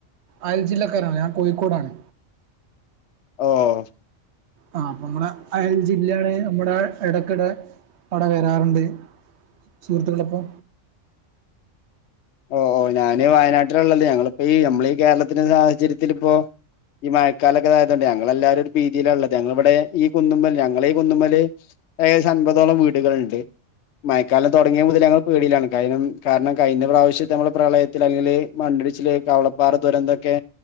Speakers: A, on the right; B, on the left.
A: അയൽ ജില്ലക്കാരാണ് ഞാൻ കോഴിക്കോടാണ്
B: ആഹ
A: ആ അപ്പൊ നമ്മുടെ അയൽ ജില്ലയാണ് നമ്മുടെ ഇടയ്ക്കിടെ അട വരാറുണ്ട് സുഹൃത്തുക്കളെ ഒപ്പൊ
B: ഓ ഓ ഞാന് വയനാട്ടിലള്ളല്ലേ ഞങ്ങളിപ്പോ ഈ നമ്മള ഈ കേരളത്തിന്റെ സാഹചര്യത്തിൽ ഇപ്പോ ഈ മഴക്കാലൊക്കെതായതുകണ്ട് ഞങ്ങൾെല്ലാരും ഭീതിയില ഉള്ളത് ഞങ്ങളിവിടെ ഈ കുന്നുമമ്മൽ ഞങ്ങളെ ഈ കുന്നുമമ്മല് ഏകദേശം അൻപതോളം വീടുകളൾണ്ട് മയക്കാലം തുടങ്ങിയ മുതൽ ഞങ്ങൾ പേടിയിലാണ് ക കാരണം കഴിഞ്ഞപ്രാവശ്യം പക്ഷെ നമ്മുടെ പ്രളയത്തിൽ അല്ലെങ്കില് മണ്ണിടിച്ചില് കവളപ്പാറ ദുരന്തൊക്കെ